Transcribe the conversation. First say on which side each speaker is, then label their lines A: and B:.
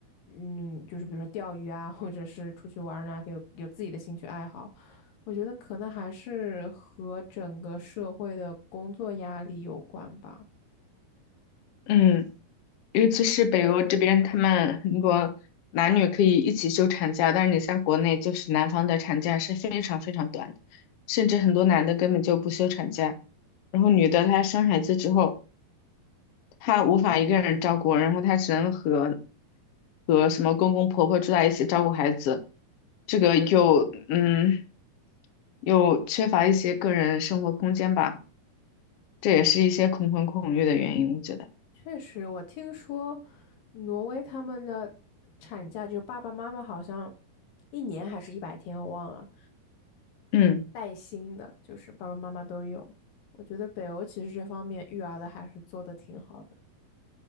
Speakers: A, on the left; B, on the left.
A: 嗯，就是比如说钓鱼啊，或者是出去玩儿啊，有有自己的兴趣爱好。我觉得可能还是和整个社会的工作压力有关吧。
B: 嗯，尤其是北欧这边，他们很多男女可以一起休产假，但是你像国内，就是男方的产假是非常非常短的，甚至很多男的根本就不休产假。然后女的她生孩子之后，她无法一个人照顾，然后她只能和和什么公公婆婆住在一起照顾孩子，这个又嗯又缺乏一些个人生活空间吧，这也是一些恐婚恐育的原因，我觉得。
A: 确实，我听说挪威他们的产假，就爸爸妈妈好像一年还是一百天，我忘了。
B: 嗯。
A: 带薪的，就是爸爸妈妈都有。我觉得北欧其实这方面育儿的还是做的挺好的。